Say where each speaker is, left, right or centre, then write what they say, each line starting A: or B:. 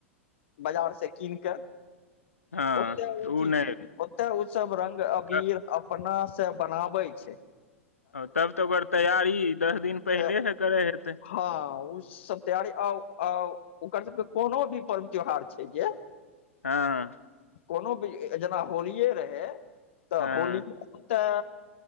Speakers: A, on the left; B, on the left.
A: बाजार से कीन कऽ
B: हँ
A: ओते ओ चीज
B: नहि
A: ओतेय ओ सब रंग अबीर
B: त-
A: अपना से बनाबै छय
B: तब तऽ ओकर तैयारी दस दिन पहिलेहे
A: से।
B: करे हेते
A: हँ ओ सब तेयारी आउ आउ ओकर सबके कोनो भी पर्व त्योहार छै जे
B: हँ
A: कोनो भी जेना होलिये रहै तऽ
B: हँ
A: होली ओते